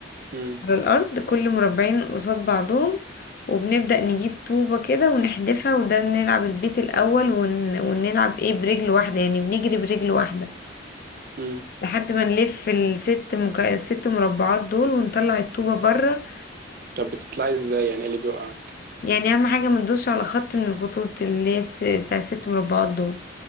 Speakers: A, on the right; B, on the left.
A: امم
B: على الأرض كل مربعين قصاد بعضهم وبنبدأ نجيب طوبة كده ونحدفها وده نلعب البيت الأول ون... ونلعب إيه برجل واحدة يعني بنجري برجل واحدة
A: امم
B: لحد ما نلف الست مك... الست مربعات دول ونطلع الطوبة بره
A: طب بتطلعي ازاي يعني إيه اللي بيوقعك
B: يعني اهم حاجه ما تدوش على خط من الخطوط اللي هي الس- بتاع الست مربعات دول